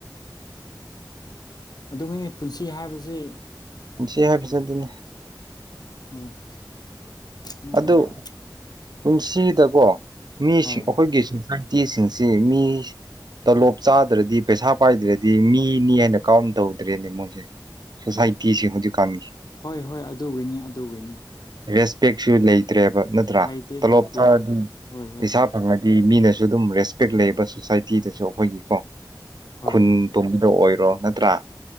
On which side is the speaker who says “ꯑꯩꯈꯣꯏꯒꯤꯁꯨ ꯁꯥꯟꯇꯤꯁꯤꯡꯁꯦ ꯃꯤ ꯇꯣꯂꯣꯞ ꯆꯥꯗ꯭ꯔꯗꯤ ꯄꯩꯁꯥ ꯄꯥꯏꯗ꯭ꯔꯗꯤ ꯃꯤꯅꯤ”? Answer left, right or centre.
Right